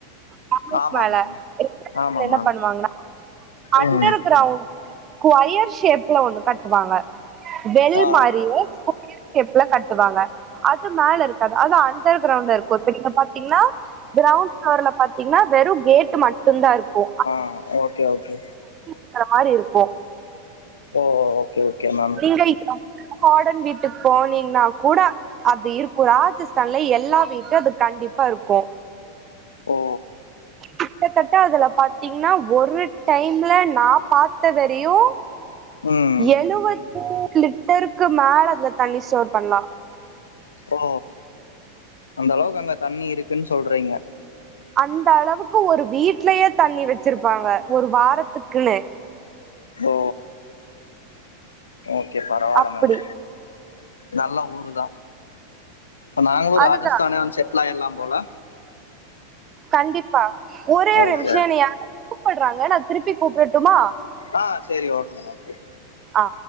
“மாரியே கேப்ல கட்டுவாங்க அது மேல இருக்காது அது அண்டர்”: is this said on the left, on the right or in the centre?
Right